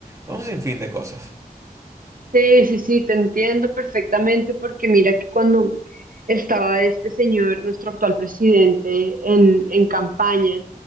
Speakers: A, on the right; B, on the right.
A: un sinfín de cosas.
B: Sí, sí, sí, te entiendo perfectamente porque mira que cuando estaba este señor, nuestro actual presidente, en, en campaña,